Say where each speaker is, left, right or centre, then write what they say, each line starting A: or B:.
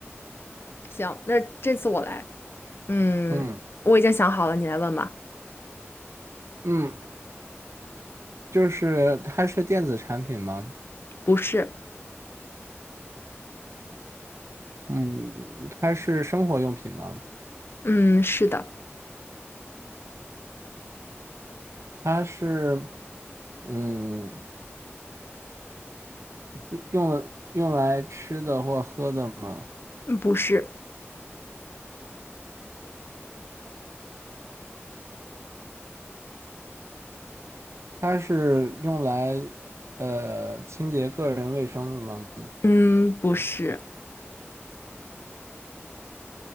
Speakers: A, on the left; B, on the right.
A: 行，那这次我来。嗯，
B: 嗯
A: 我已经想好了，你来问吧。
B: 嗯，就是它是电子产品吗？
A: 不是，
B: 嗯，它是生活用品吗？
A: 嗯，是的，
B: 它是，嗯，用用用来吃的或喝的吗？
A: 嗯不是，
B: 它是用来呃清洁个人卫生的吗？
A: 嗯，不是。